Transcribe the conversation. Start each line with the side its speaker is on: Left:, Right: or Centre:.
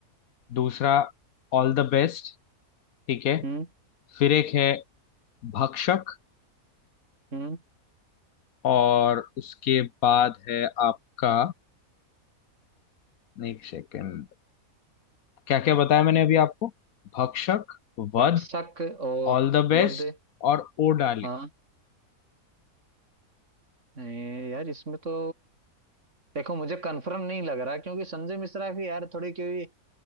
Left: दूसरा ऑल द बेस्ट ठीक है
Right: हम्म
Left: फिर एक है भक्षक
Right: हम्म
Left: और उसके बाद है आपका एक सेकेंड क्या क्या बताया मैंने अभी आपको Bhakshak Vadh
Right: भक्षक और
Left: all the best
Right: वध
Left: और O darling
Right: हाँ ए, यार इसमें तो देखो मुझे कंफर्म नहीं लग रहा क्योंकि संजय मिश्रा की यार थोड़ी क्योंकि